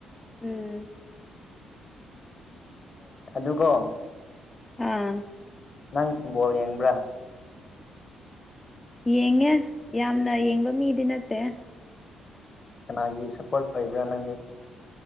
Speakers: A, on the left; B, on the left.
A: ꯎꯝ
B: ꯑꯗꯨꯒꯣ
A: ꯑꯥ
B: ꯅꯪ ꯕꯣꯜ ꯌꯦꯡꯕ꯭ꯔꯥ
A: ꯌꯦꯡꯉꯦ ꯌꯥꯝꯅ ꯌꯦꯡꯕ ꯃꯤꯗꯤ ꯅꯠꯇꯦ
B: ꯀꯅꯥꯒꯤ ꯁꯄꯣ꯭ꯔꯠ ꯑꯣꯏꯕ꯭ꯔꯥ ꯅꯪꯗꯤ